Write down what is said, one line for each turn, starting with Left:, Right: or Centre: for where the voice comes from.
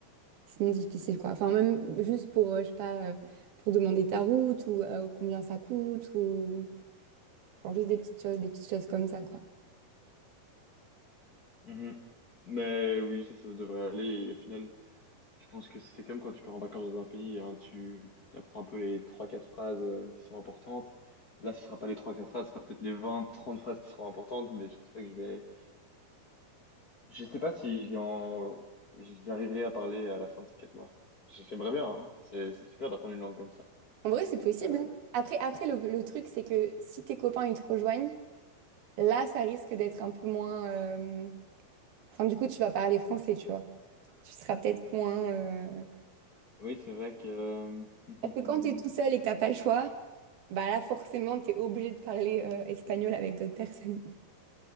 Right: sinon, difficile, quoi. Enfin, même juste pour, euh, je sais pas, euh, pour demander ta route ou euh, combien ça coûte ou genre juste des petites choses, des petites choses comme ça, quoi.
Left: Mhm. Mais oui, ça, ça devrait aller. Et au final, Je pense que c'est comme quand tu pars en vacances dans un pays, hein, tu apprends un peu les trois quatre phrases euh, qui sont importantes. Là, ce sera pas les trois quatre phrases, ce sera peut-être les vingt trente phrases qui seront importantes, mais je pense pas que je vais... Je sais pas si j'y en... j'arriverai à parler à la fin de ces 4 mois. J'aimerais bien, hein. C'est c'est super d'apprendre une langue comme ça.
Right: En vrai, c'est possible.
Left: Euh,
Right: hein. Après, après le, le truc, c'est que si tes copains, ils te rejoignent, là, ça risque d'être un peu moins... euh, Enfin, du coup, tu vas parler français, tu vois. Tu seras peut-être moins. euh,
Left: oui, c'est vrai que... euh, <laughs>
Right: Parce que quand t'es tout seul et que t'as pas le choix, bah là, forcément, t'es obligé de parler euh, espagnol avec d'autres personnes.